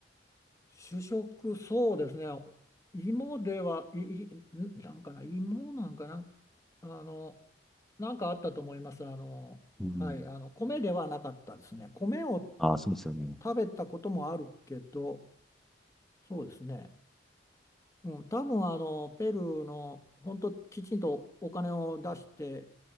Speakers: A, on the left (about 15°); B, in the centre.
A: 主食、そうですね。芋では、い、い、んなんかな、芋なんかな、あの、なんかあったと思います。あの、
B: うん。
A: はい、あの、米ではなかったですね。米を
B: あ、そうですよね。
A: 食べたこともあるけど、そうですね。うん、多分あのペルーの本当きちんとお金を出して